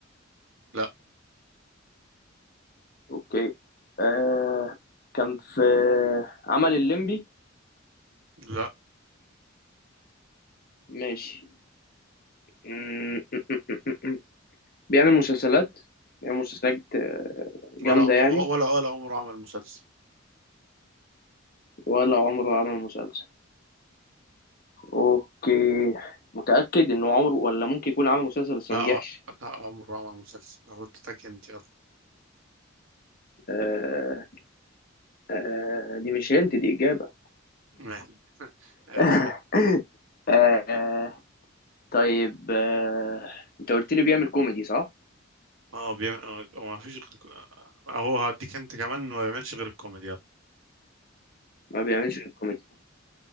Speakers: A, on the right; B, on the left.
A: لا
B: اوكي آه كان في عمل الليمبي
A: لا
B: ماشي م- م- م- م- م. بيعمل مسلسلات بيعمل مسلسلات آه،
A: ولا
B: جامدة
A: عم...
B: يعني
A: ولا ولا عمره عمل مسلسل
B: ولا عمره عمل مسلسل اوكي متأكد انه عمره ولا ممكن يكون عمل مسلسل بس
A: لا
B: ما نجحش
A: آه، لا عمره عمل مسلسل أهو اديتك هنت يلا
B: آه آه دي مش هنت دي إجابة
A: ماشي ماشي
B: <laughs> آه طيب آه انت قلت لي بيعمل كوميدي صح؟
A: اه بيعمل ما فيش غير اهو هديك انت كمان ما بيعملش غير الكوميدي يلا
B: ما بيعملش الكوميدي